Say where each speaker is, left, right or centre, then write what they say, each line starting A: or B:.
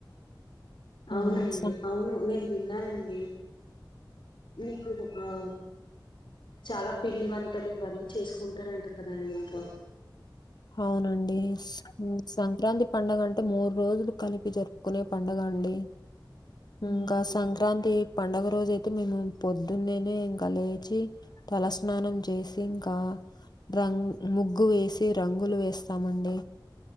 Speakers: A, on the left; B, on the left.
A: ఉమ్,
B: అవునండి
A: సం-
B: అవును నేను విన్నానండి మీకు ఆ చాలా పిండి వంటలు ఇవన్నీ చేసుకుంటారంట కదండి ఇంకా
A: అవునండి సంక్రాంతి పండుగ అంటే మూడు రోజులు కలిపి జరుపుకునే పండుగ అండి
B: ఉమ్
A: ఇంకా సం సంక్రాంతి పండుగ రోజు అయితే మేము పొద్దున్నేనే ఇంక లేచి తలస్నానం చేసి ఇంకా రంగ్ ముగ్గు వేసి రంగులు వేస్తామండి